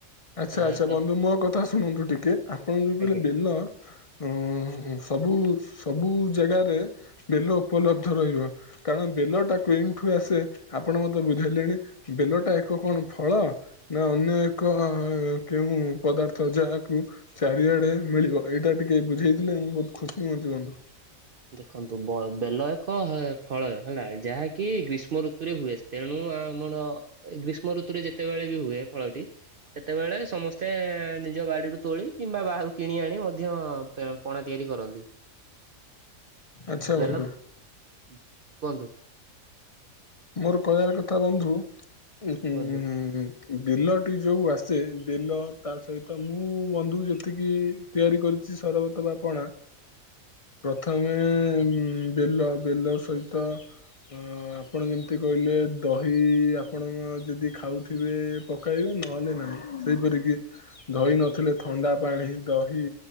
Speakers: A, on the left; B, on the right.
A: ଆଚ୍ଛା
B: ଆ
A: ଆଚ୍ଛା
B: ତ
A: ବନ୍ଧୁ ମୋ କଥା ଶୁଣନ୍ତୁ ଟିକେ ଆପଣ ଯୋଉ କହିଲେ
B: ଆଜ୍ଞା।
A: ବେଲ ଉ ଉ ସବୁ ସବୁ ଜାଗାରେ ବେଲ ଉପଲବ୍ଧ ରହିବ। କାରଣ ବେଲ ଟା କେଉଁଠୁ ଆସେ ଆପଣ ମତେ ବୁଝେଇଲେଣି। ବେଲ ଟା ଏକ କଣ ଫଳ ନା ଅନ୍ୟ ଏକ ହଁ କେଉଁ ପଦାର୍ଥ ଯାହାକୁ ଚାରିଆଡ଼େ ମିଳିବ, ଏଇଟା ଟିକେ ବୁଝେଇଥିଲେ ମୁଁ ବହୁତ ଖୁସି ହୁଅନ୍ତି ବନ୍ଧୁ।
B: ଦେଖନ୍ତୁ ବେଲ ଏକ ଫଳ ହେଲା ଯାହାକି ଗ୍ରୀଷ୍ମ ଋତୁରେ ହୁଏ। ତେଣୁ ଆମର ଗ୍ରୀଷ୍ମ ଋତୁରେ ଯେତେବେଳେ ବି ହୁଏ ଫଳଟି ସେତେବେଳେ ସମସ୍ତେ ନି ନିଜ ବାଡ଼ିରୁ ତୋଳି କିମ୍ବା ବାହାରୁ କିଣି ଆଣି ମଧ୍ୟ ପଣା ତିଆରି କରନ୍ତି।
A: ଆଚ୍ଛା ବନ୍ଧୁ
B: ବେଲ କୁହନ୍ତୁ।
A: ମୋର କହିବାର କଥା ବନ୍ଧୁ ଉ ଉ
B: କୁହନ୍ତୁ
A: ବେଲଟି ଯୋଉ ଆସେ ବେଲ ତା ସହିତ ମୁଁ ବନ୍ଧୁ ଯେତିକି ତିଆରି କରିଛି ସରବତ ବା ପଣା ପ୍ରଥମେ ବେଲ, ବେଲ ସହିତ ଆପଣ ଯେମିତି କହିଲେ ଦହି ଆପଣ ଯଦି ଖାଉଥିବେ ପକାଇବେ ନା ନହଲେ ନାହିଁ ସେହିପରିକି ଦହି ନଥିଲେ ଥଣ୍ଡା ପାଣି, ଦହି,